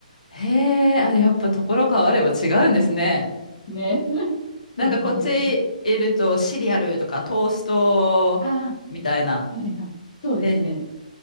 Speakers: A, on the left; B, on the left.
A: へえ、あ、やっぱところ変われば違うんですね。
B: ね。<laughs>
A: なんかこっちいるとシリアルとかトーストみたいな。
B: そうなんですよ。ああ、はいはい。そうですね。
A: で、